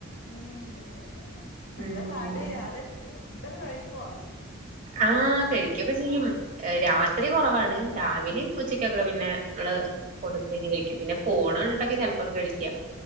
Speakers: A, on the left (about 60°); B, on the right (about 40°).
A: ഉം എന്താ
B: ഉം
A: പാട് ആള് ഫുഡൊക്കെ കഴിക്കുവോ?
B: ആഹ് കഴിക്കൊക്കെ ചെയ്യും രാത്രി കൊറവാണ് രാവിലേം ഉച്ചക്കൊക്കെ പിന്നെ നമ്മള് കൊടുത്തേനെ കയിക്കും പിന്നെ ഫോണ്‌ കണ്ടിട്ടൊക്കെ ചെലപ്പോക്കെ കഴിക്കാ